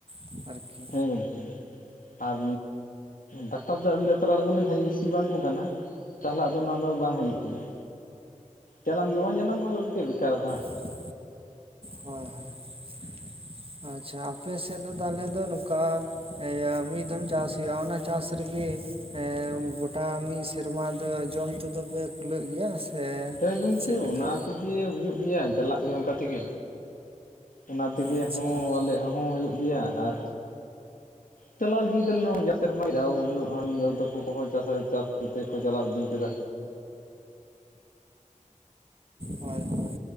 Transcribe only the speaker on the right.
ᱟᱨᱠᱤ
ᱦᱮᱸᱻ ᱦᱳᱭᱻ ᱦᱳᱭᱻ᱾ ᱟᱪᱪᱷᱟ ᱟᱯᱮ ᱥᱮᱡ ᱫᱚ ᱛᱟᱦᱞᱮ ᱫᱚ ᱱᱚᱝᱠᱟ ᱤᱭᱟᱹ ᱢᱤᱫ ᱫᱷᱚᱢ ᱪᱟᱥ ᱦᱩᱭᱩᱜᱼᱟ ᱚᱱᱟ ᱪᱟᱥ ᱨᱮᱜᱤ ᱮᱸ ᱜᱚᱴᱟ ᱢᱤᱫ ᱥᱮᱨᱢᱟ ᱫᱚ ᱡᱚᱢ ᱛᱮᱫᱚ ᱯᱮ ᱠᱩᱞᱟᱹᱜ ᱜᱮᱭᱟ᱾ ᱥᱮ
ᱪᱮᱫ ᱞᱮᱠᱟ
ᱟᱪᱪᱷᱟ
ᱟᱨ
ᱦᱚᱭᱻ ᱦᱚᱭᱻ,